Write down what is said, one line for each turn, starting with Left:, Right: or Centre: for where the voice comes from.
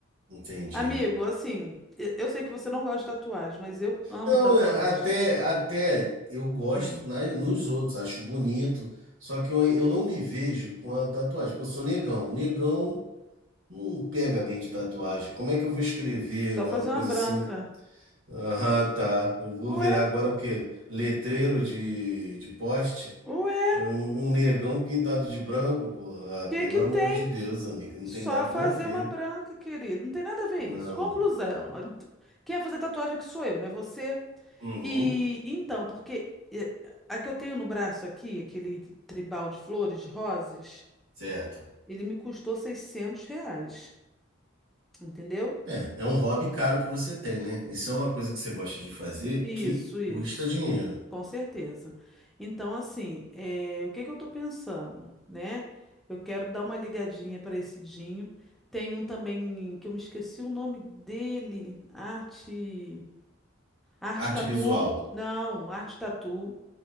Right: Entendi.
Centre: Amigo, assim, e- eu sei que você não gosta de tatuagem, mas eu amo
Right: Eu
Centre: tatuagem.
Right: é, até, até eu gosto
Centre: Hum,
Right: na- nos outros, acho bonito, só que eu, eu não me vejo com a tatuagem, porque eu sou negão. Negão não pega bem de tatuagem. Como é que eu vou escrever
Centre: só
Right: uma
Centre: fazer
Right: coisa
Centre: uma branca.
Right: assim? Ah, tá. Eu vou
Centre: Ué,
Right: virar agora o quê? Letreiro de, de poste?
Centre: ué,
Right: É
Centre: o
Right: Um, um negão pintado de branco, porra. Ah,
Centre: que
Right: pelo
Centre: que
Right: amor
Centre: tem?
Right: de Deus, amigo, não
Centre: Só
Right: tem nada
Centre: fazer
Right: a ver.
Centre: uma branca, querido. Não tem nada a ver
Right: Não.
Centre: isso. Conclusão. a- Quem vai fazer tatuagem aqui sou eu, né? Você.
Right: Uhum,
Centre: E então, porque eh, a que eu tenho no braço aqui, aquele tribal de flores, de rosas,
Right: certo.
Centre: ele me custou seiscentos reais. Entendeu?
Right: É, é um hobby caro que você tem, né? Isso é uma coisa que você gosta de fazer
Centre: Isso,
Right: que
Centre: isso.
Right: custa dinheiro.
Centre: Com certeza. Então, assim, eh, o que que eu tô pensando, né? Eu quero dar uma ligadinha para esse Dinho. Tem um também que eu me esqueci o nome dele. Arte. Arte
Right: Arte
Centre: Tatu?
Right: visual.
Centre: Não, Arte Tatu.